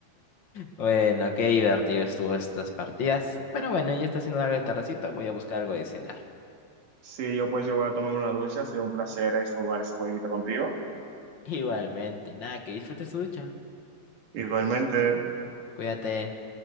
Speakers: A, on the left; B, on the right.
A: Bueno, qué divertido estuvo estas partidas. Pero bueno, ya está haciendo algo de tardecito. Voy a buscar algo de cenar. <laughs>
B: Sí, yo pues yo voy a tomar una ducha, ha sido un placer eh, jugar ese jueguito contigo.
A: Igualmente, y nada, que disfrutes tu ducha.
B: Igualmente,
A: Cuídate.